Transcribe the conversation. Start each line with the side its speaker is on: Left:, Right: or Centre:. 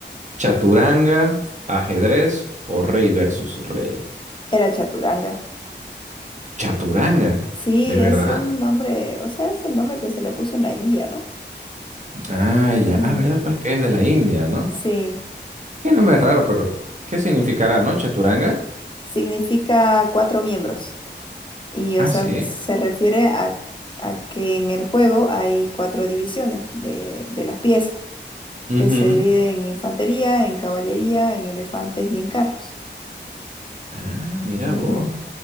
Right: ¿Chaturanga, ajedrez o rey versus rey?
Left: era Chaturanga.
Right: ¿Chaturanga?
Left: Sí,
Right: ¿De verdad?
Left: es un nombre, o sea, es el nombre que se le puso en la India, ¿no?
Right: Ah, ya.
Left: Ujú.
Right: Ah, ¿verdad? Pues que es de la India, ¿no?
Left: Sí,
Right: Qué nombre raro, pero ¿qué significará, no? ¿Chaturanga?
Left: significa cuatro miembros. Y,
Right: Ah,
Left: o sea,
Right: sí.
Left: se refiere a, a que en el juego hay cuatro divisiones de, de las piezas, que
Right: Ujú.
Left: se dividen en infantería, en caballería, en elefantes y en carros.
Right: Ah, mira
Left: Ujú.
Right: vos.